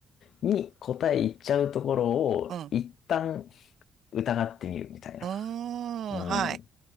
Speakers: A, on the left (about 70°); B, on the right (about 65°).
A: に答え言っちゃうところを、
B: うん、う
A: 一旦疑ってみるみたいな。
B: ーん、
A: うん。
B: はい。